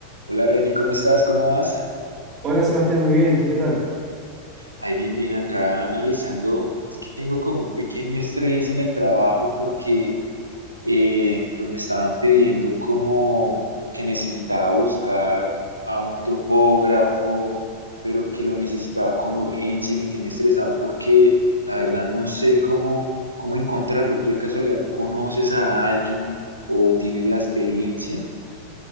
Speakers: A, on the right; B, on the right.
A: Hola Reni, ¿cómo estás? ¿Cómo vas?
B: Hola Sebastián, muy bien, ¿tú qué tal?
A: Ahí bien, bien acá analizando. Es que tengo como un pequeño estrés en el trabajo porque eh, pues me estaban pidiendo como que necesitaba buscar a un topógrafo, pero que lo necesitaba con urgencia y me tiene estresado porque la verdad no sé cómo, cómo encontrarlo. ¿Tú de casualidad conoces a alguien o tienes la experiencia?